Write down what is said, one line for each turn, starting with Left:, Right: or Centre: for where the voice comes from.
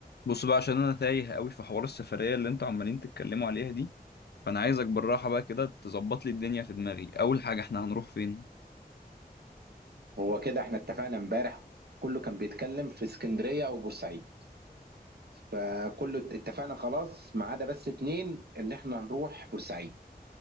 Left: بص بقى عشان انا تايه قوي في حوار السفريه اللي انتوا عمالين تتكلموا عليها دي فانا عايزك بالراحه بقى كده تظبط لي الدنيا في دماغي اول حاجه احنا هنروح فين
Right: هو كده احنا اتفقنا امبارح كله كان بيتكلم في اسكندرية او بورسعيد فكله ات- اتفقنا خلاص ما عدا بس اتنين ان احنا هنروح بورسعيد